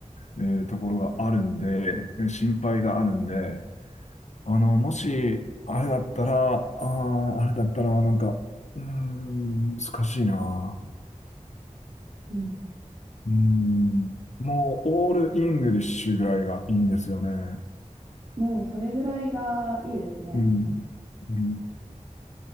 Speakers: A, on the left; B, on the right.
A: えーところがあるんで、えー心配があるんで、あの、もし、あれだったら、ああ、あれだったら、なんか、うーん、難しいな。
B: うん。
A: うん。もう、オールイングリッシュぐらいがいいんですよね。
B: もうそれぐらいがいいですね。
A: うん。うん。